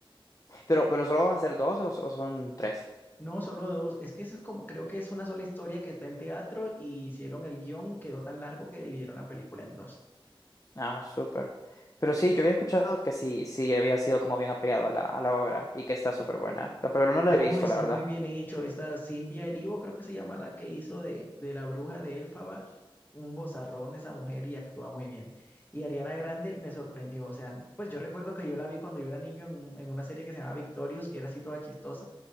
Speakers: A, on the left; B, on the left.
A: Pero, pero solo van a ser dos o, so- o son tres.
B: No, solo dos. Es que eso es como, creo que es una sola historia que está en teatro y hicieron el guión, quedó tan largo que dividieron la película en dos.
A: Ah, súper. Pero sí, yo había escuchado que sí, sí había sido como bien apegado a la, a la obra y que está súper buena. La, pero no la
B: No,
A: he visto,
B: está
A: la verdad.
B: muy bien hecho. Esta Cynthia Erivo, creo que se llama la que hizo de, de la bruja de Elfaba, un bozarrón esa mujer y actúa muy bien. Y Ariana Grande me sorprendió. O sea, pues yo recuerdo que yo la vi cuando yo era niño en, un- en una serie que se llamaba Victorious, que era así toda chistosa,